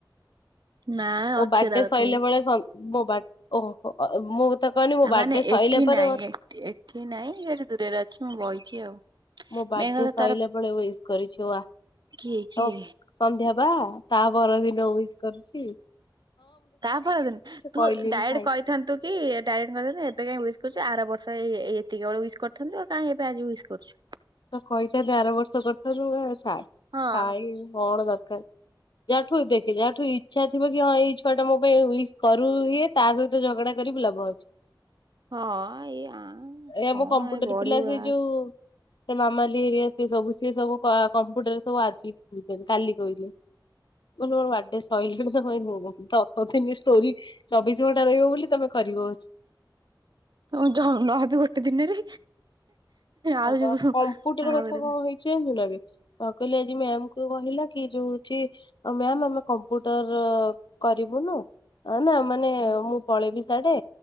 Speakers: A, on the right; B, on the left.
A: ନା
B: ମୋ
A: ଅଛି
B: ବାର୍ଥଡେ
A: ତା କତିରେ।
B: ସରିଲା ବେଳେ ଓ ମୁଁ ତ କହନି ମୋ ବାର୍ଥଡେ
A: ମାନେ
B: ସଇଲା
A: ଏଠି
B: ପରେ
A: ନାଇଁ
B: ମତେ
A: ଏଠି ନାଇଁ ଯଦି ଦୂରରେ ଅଛି ମୁଁ ବହିଛି ଆଉ।
B: ମୁଁ ବାର୍ଥଡେ
A: ମେନ୍ କଥା
B: ସରିଲା
A: ତାର
B: ବ ୟ କରିଛି ଓ ତମ
A: କିଏ କିଏ
B: ସନ୍ଧ୍ୟା ବା ତା ପରଦିନ ଇସ୍ କରୁଛି।
A: ତାପରେ ଦିନ ତୁ
B: କହିଲିନି
A: ଡାଏଡ୍
B: ଥାଇ
A: କହିଥାନ୍ତୁ କି ଡାଡ ଏବେ କାଇଁ କରୁ ଆର ବର୍ଷ ଏତିକି ବେଳେ ଇସ୍ କରୁ ଆ କାହିଁ ଏବେ ଆଜି ସ୍ କରୁ
B: ତ କହିଥାେର ବର୍ଷ କଥାରୁ ଛା
A: ହଁ
B: ଖାଇ କଣ ଦ ଯାହାଠୁ ଦେଖେ ଯାହାଠୁ ଇଛା ଥିବ, କି ହଁ ଏଇ ଛୁଆ ଟା ମୋ ପାଇଁ ସ୍ କରୁ ହଏ ତା ସହିତ ଝଗଡା କରିବୁ ଲବ ଅଉଛି।
A: ହଁ ଏଇ ଆ
B: ଏାମୋ
A: କଣ
B: କମ୍ପୁଟର
A: ଏ ବଢିବୁ
B: ପିଲା ସେ
A: ଆ
B: ଯୋଉ ସେ ମାମାଲି ସବୁ ସି ସବୁ କମ୍ପୁଟର ସବୁ ଆଜି କାଲି କହିଲେ ହ ଅଡେ ଶହିଲ ତ କହି ହଉ ତ ଷ୍ଟୋରି ଚବିଶ ଘଣ୍ଟା ରହିବ ବୋଲି ତମେ କରିବ
A: ହ ଯ ନହବି ଗୋଟେ ଦିନରେ ଆଉ
B: ହଁ ବା କମ୍ପୁଟର
A: ଆଡ
B: କଥା କଣ ହେଇଛି ଜାଣିଛୁ ନା ବେ ହଁ କହିଲି ଆଜି ମ୍ୟାମ କୁ କହିଲା ରଉଛି ମ୍ୟା ଆମେ କମ୍ପୁଟର କରିବୁନୁ ମାନେ
A: ହୁଁ
B: ମୁଁ ପଳେଇବି ସାଢଡେ